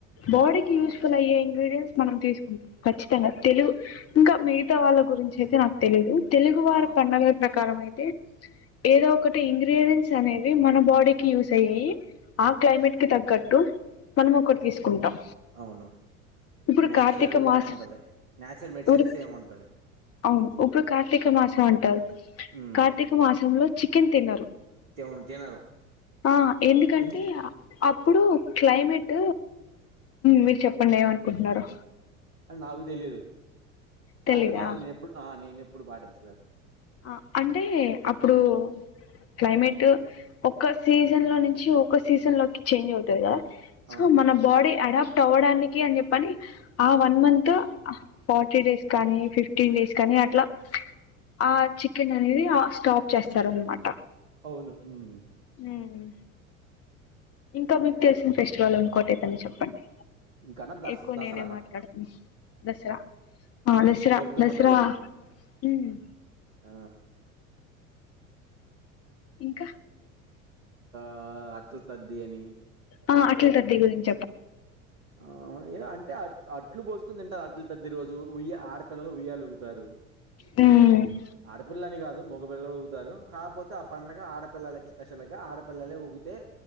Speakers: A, on the left; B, on the right.
A: బాడీకి
B: అవును
A: యూస్ఫుల్ అయే ఇంగ్రీడియన్స్ మనం తీసుకుంటాం ఖచ్చితంగా తెలుగు ఇంకా మిగతా వాళ్ళ గురించి అయితే నాకు తెలీదు తెలుగు వారి
B: ఆ
A: పండగల ప్రకారం అయితే ఏదో ఒకటి ఇంగ్రీడియంట్స్ అనేవి మన బాడీకి యూస్ అయ్యేయి ఆ క్లైమేట్ కి తగ్గట్టు మనం ఒకటి తీసుకుంటాం
B: అవును
A: ఇప్పుడు
B: నేచురల్
A: కార్తీక
B: గా
A: మాస
B: ఉంటది నేచురల్ మెడిసిన్స్
A: ఇప్పుడు
B: ఏమి ఉంటది
A: అవును ఇప్పుడు కార్తీక మాసం అంటారు
B: ఉమ్
A: కార్తీక మాసంలో చికెన్ తినరు
B: తెవును తినరు
A: ఆ ఎందుకంటే
B: ఎందు
A: అపు ప్పుడు క్లైమేట్ మీరు చెప్పండి ఏమనుకుంటున్నారో
B: అ నాకు తెలీదు
A: తెలీదా
B: కార్తీక మాసం నేనెప్పుడు ఆ నేనెప్పుడు పాటించలేదు
A: ఆ అంటే అప్పుడు
B: ఆ
A: క్లైమేట్ ఒక్క సీజన్ లో నుంచి ఒక సీజన్ లోకి చేంజ్ అవుతది కదా
B: అవును
A: సో మన
B: ఉమ్
A: బాడీ అడాప్ట్ అవ్వడానికి అని చెప్పని ఆ వన్ మంత్ ఫార్టీ డేస్ కానీ ఫిఫ్టీన్ డేస్ కానీ అట్లా ఆ చికెన్ అనేది ఆ స్టాప్ చేస్తార అనమాట
B: అవును ఉమ్
A: మ్ ఇంకా మీకు తెలిసిన ఫెస్టివల్ ఇంకోటి ఎదైన చెప్పండి
B: ఇంకానా దర్శ
A: ఎక్కువ
B: దసరా
A: నేనే మాట్లాడ్త్న దసరా ఆ దసరా
B: దుర్గమ్మ
A: దసరా
B: తల్లి
A: మ్
B: ఆ
A: ఇంకా
B: ఆ అట్లతద్ది అని
A: ఆ అట్ల తద్ది గురింది
B: ఆ ఏ అంటే అట్లు అ ట్లు పోసుకుని తింటారు అట్ల తద్ది రోజు ఉ ఆడపిల్లలు ఉయ్యాల ఉగుతారు
A: మ్మ్
B: ఆడపిల్లని కాదు మగ పిల్లలు ఊగుతారు కాపోతే ఆ పండగ ఆడపిల్లలకి స్పెషల్ గా ఆడపిల్లలే ఊగితే